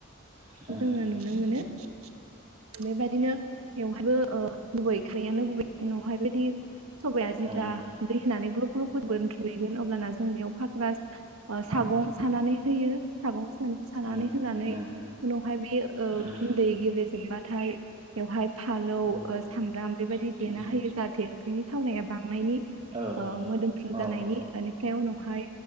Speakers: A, on the right (about 30°); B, on the right (about 80°).
A: नोंथां
B: जोङो नुनो मोनो। <inaudible> बेबायदिनो बेवहायबो अ गुबै खारियानो गुबै उनावहायबायदि सबाया जिता
A: औ
B: दै होनानै ग्लब फख्रुफोरबोन थुहैगोन अब्लान जों बेयाव फाग्रा सागं
A: औ
B: सानानै होयो सागं सानानै
A: औ
B: होनानै
A: उम
B: उनावहाय बे ओ
A: उम
B: गुन्दै गेब्लेेजोबबा नाथाय बेवहाय फालौ
A: उम
B: ओ सामब्राम बेबायदि देना
A: उम
B: होयो जाहाथे ओंख्रिनि थावनाया बांनायनि
A: औ
B: ओ मोदोमफ्रु
A: औ
B: जानायनि इनिफ्राय उनावहाय